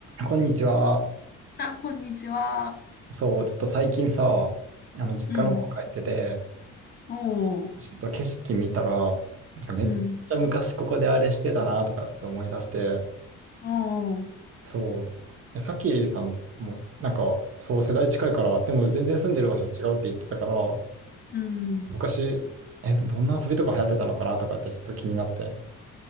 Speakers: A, on the right; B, on the left.
A: こんにちは。
B: あ、こんにちは。
A: そう、ちょっと最近さ、あの、実家の方帰ってて、
B: うん。おー。
A: ちょっと景色見たら、なんかめっちゃ昔ここであれしてたなとかって思い出して、
B: うん。おー。
A: そう。で、さっきさんも、なんか、そう、世代近いから、でも全然住んでる場所違うって言ってたから、
B: うん。
A: 昔、えっと、どんな遊びとか流行ってたのかなとかってちょっと気になって。